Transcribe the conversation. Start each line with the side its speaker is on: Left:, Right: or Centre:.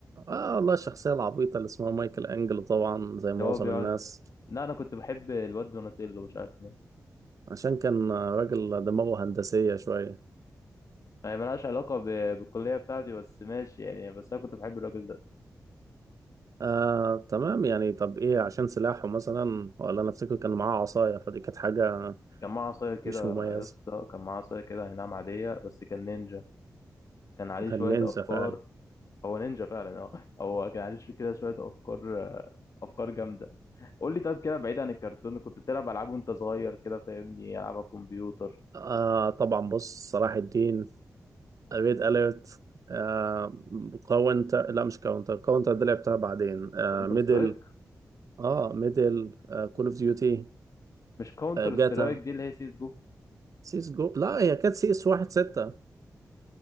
Right: اه والله الشخصية العبيطة اللي اسمها مايكل انجلو طبعا زي
Left: اللي
Right: معظم
Left: هو بيقعد
Right: الناس
Left: لا انا كنت بحب الواد دوناتيلو مش عارف مين
Right: عشان كان راجل دماغه هندسية شوية
Left: هي ملهاش علاقه ب... بالكليه بتاعتي بس ماشي يعني بس انا كنت بحب الراجل ده
Right: آه، تمام يعني طب ايه عشان سلاحه مثلا ولا انا افتكر كان معاه عصاية فدي كانت حاجة
Left: كان معاه عصايه كده
Right: مش مميزة
Left: يا اسطى كان معاه عصايه كده هي نعم عاديه بس كان نينجا كان عليه
Right: كان
Left: شويه
Right: نينجا
Left: افكار
Right: فعلا
Left: هو نينجا فعلا اه هو كان عليه شوية كده شوية أفكار آه، أفكار جامدة قول لي طيب كده بعيد عن الكرتون كنت بتلعب ألعاب وأنت صغير كده فاهمني ألعاب على الكمبيوتر
Right: آه طبعا بص صلاح الدين ريد اليرت آه كاونتر لا مش كاونتر كاونتر دي لعبتها بعدين آه
Left: كاونتر
Right: ميدل
Left: سترايك
Right: اه ميدل آه كول اوف ديوتي
Left: مش كاونتر
Right: آه جاتا
Left: سترايك دي اللي هي سيس جو
Right: سيس جو لا هي كانت سي اس واحد ستة